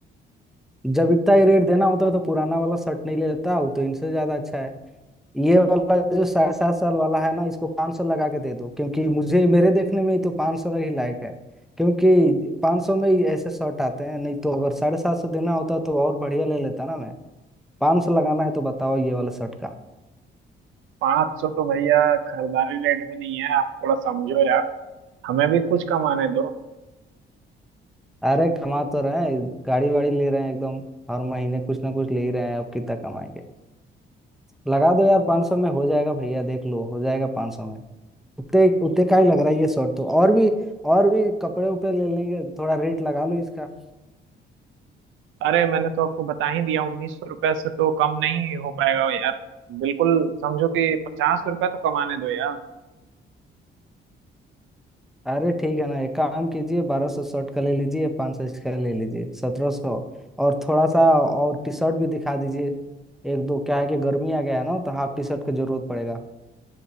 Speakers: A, in the centre; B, on the right.
A: जब इतना ही रेट देना होता तो पुराना वाला शर्ट नहीं ले लेता हूँ तो इनसे ज्यादा अच्छा है ये वाला जो साढ़े सात साल वाला है ना इसको पाँच सौ लगा के दे दो क्योंकि मुझे मेरे देखने में ही तो पाँच सौ ही लायक है क्योंकि पाँच सौ में ही ऐसे शर्ट आते हैं नहीं तो अगर साढ़े सात सौ देना होता तो और बढ़िया ले लेता ना मैं पाँच सौ लगाना है तो बताओ ये वाला शर्ट का
B: पाँच सौ तो भैया खरीदारी रेट में नहीं है आप थोड़ा समझो यार हमें भी कुछ कमाने दो
A: अरे कमा तो रहे हैं गाड़ी वाड़ी ले रहे हैं एकदम हर महीने कुछ ना कुछ ले ही रहे हैं अब कितना कमाएंगे लगा दो यार पाँच सौ में हो जाएगा भैया देख लो हो जाएगा पाँच सौ में उतने उतने का ही लग रहा है ये शर्ट तो और भी और भी कपड़े उपड़े ले लेंगे थोड़ा रेट लगा लो इसका
B: अरे मैंने तो आपको बता ही दिया उन्नीस सौ रुपये से तो कम नहीं हो पाएगा यार बिल्कुल समझो कि पचास रुपये तो कमाने दो यार
A: अरे ठीक है ना एक काम कीजिए बारह सौ शर्ट का ले लीजिए पाँच सौ इसका ले लीजिए सत्रह सौ और थोड़ा सा और टी शर्ट भी दिखा दीजिए एक दो क्या है कि गर्मी आ गया है ना तो हाफ टी शर्ट की जरूरत पड़ेगा